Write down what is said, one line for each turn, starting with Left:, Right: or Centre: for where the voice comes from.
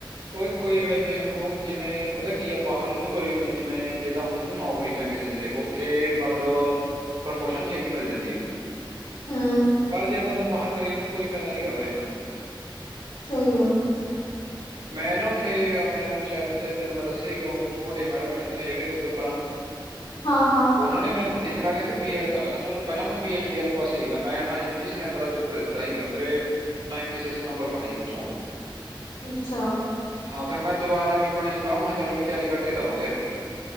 Right: ਓ ਕੋਈ ਵੈ ਓ ਜਿਵੇਂ ਪਤਾ ਕੀ ਆ ਬਾਹਰ ਓਨੂੰ ਕੋਈ ਜਿਵੇਂ ਜੇ ਤਾਂ ਹੁਨ ਤੂੰ ਨੌਕਰੀ ਚ ਕਿਸੇ ਚ ਦੇਖੋ ਓਥੇ ਮਤਲਬ ਪ੍ਰਮੋਸ਼ਨ ਛੇਤੀ ਮਿਲ ਜਾਂਦੀ ਆ।
Left: ਹੂੰ
Right: ਪਰ ਜੇ ਬੰਦਾ ਬਾਹਰ ਕਰੇ ਓਨੂੰ ਕੋਈ ਫ਼ੈਦਾ ਨੀ ਹੈਗਾ ਫੇਰ ਏਨਾ।
Left: ਸਈ ਆ।
Right: ਮੈਂ ਨਾ ਓਥੇ ਆਪਨੇ ਸ਼ੈਦ ਓਥੇ ਤੈਨੂੰ ਮੈਂ ਦੱਸੇਆ ਸੀ ਕੇ ਓ ਮੋਟੇ ਮੈਡਮ ਬੈਠੇ ਹੁੰਦੇ ਨੇ ਜੇੜੇ ਓਦਰ ਪਰਾਂ। <inaudible>
Left: ਹਾਂ-ਹਾਂ।
Right: ਉਹਨਾਂ ਨੇ ਮੈਨੂੰ ਦਿੱਤੀ ਸਲਾਹ ਕਹਿੰਦੇ ਬੀ ਐਡ ਕਰ ਲੈ ਪਹਿਲਾਂ ਮੈਂ ਪੀ ਐਚ ਡੀ ਆਲੇ ਪਾਸੇ ਸੀਗਾ, ਮੈਂ ਹਾਈ ਯੂ ਜੀ ਸੀ ਨੈਟ ਦਾ ਪ ਪੇਪਰ ਦਿੱਤਾ ਹੀਗਾ, ਮੇਰੇ ਨਾਈਨਟੀ ਸਿਕਸ ਨੰਬਰ ਬਣੇ ਸੀ ਉਹ 'ਚੋਂ।
Left: ਅੱਛਾ।
Right: ਹਾਂ ਅਗਰ ਮੈਂ ਦੁਬਾਰਾ ਵੀ ਬਣੀ ਸਲਾਹ, ਮੈਂ ਕਿਹਾ ਚੱਲ ਵੀ ਤਿਆਰੀ ਕਰਕੇ ਦੇਵਾਂਗੇ ਐਦਕੀ।